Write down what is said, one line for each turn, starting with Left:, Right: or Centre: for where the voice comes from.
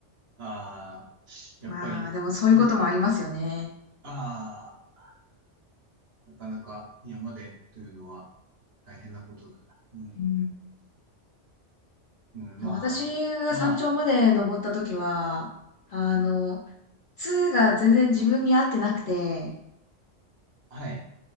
Right: ああ、やっぱり、
Left: まあ、でもそういうこともありますよね。
Right: いや、ああ、なかなか山でというのは大変なことだな。うん。
Left: うん。
Right: うん、
Left: 私が山頂まで登った時は、
Right: まあ、ま
Left: あの、痛が全然自分に合ってなくて、
Right: あ、はい。